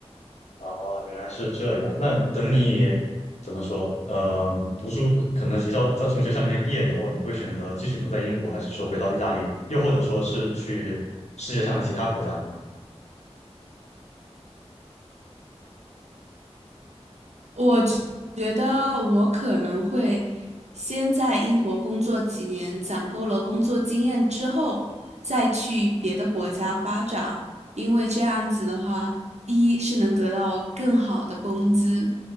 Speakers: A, on the left; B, on the right.
A: 哦，原来是这样。那等你怎么说？呃，读书可能学校在从学校里面毕业以后，你会选择继续留在英国，还是说回到意大利，又或者说是去世界上的其他国家呢？
B: 我觉觉得我可能会先在英国工作几年，攒够了工作经验之后，再去别的国家发展，因为这样子的话，一是能得到更好的工资，